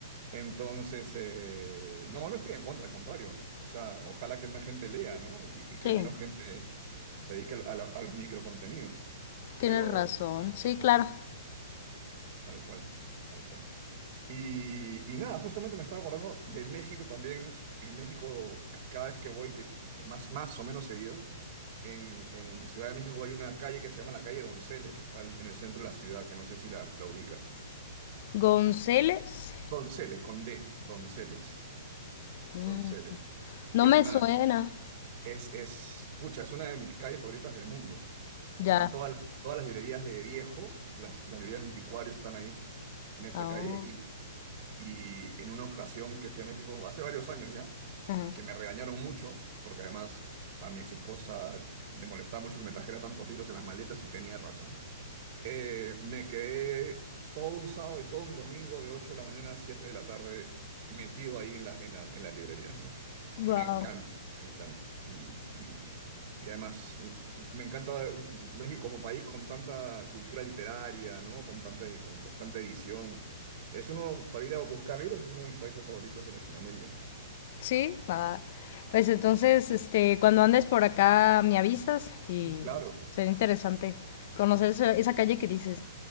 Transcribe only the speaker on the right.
Entonces, eh, no, no estoy en contra, al contrario. O sea, ojalá que más gente lea, ¿no? Y, y que
menos gente se dedique a, lo- a los microcontenidos.
Pero,
sí,
sí, sí, sí, tal cual, tal cual. Y, y nada, justamente me estaba acordando de México también. En México, c- cada vez que voy, que es más, más o menos seguido, en, en Ciudad de México hay una calle que se llama la calle Donceles, que está en el centro de la ciudad, que no sé si la la ubicas.
Donceles, con D, Donceles.
Donceles.
que Es
una,
es, es, pucha, es una de mis calles favoritas del mundo. Están
todas las, todas las librerías de viejo, las, las librerías de anticuario están ahí, en esa
calle. Y, y en una ocasión que fui a México, hace varios años ya,
que me regañaron mucho, porque además a mi ex esposa le molestaba mucho que me trajera tantos libros en las maletas y tenía razón. Eh, me quedé todo un sábado y todo un domingo de 8 de la mañana a 7 de la tarde metido ahí en la, en la- en las librerías, ¿no?
Me Claro. encanta, me encanta. Y, y- y además m- me encanta México como país con tanta cultura literaria, ¿no? Con tanta, con tanta edición. Es uno, para ir a buscar libros, es uno de mis países favoritos de Latinoamérica.
Sí, sí.
Sí, claro. Claro,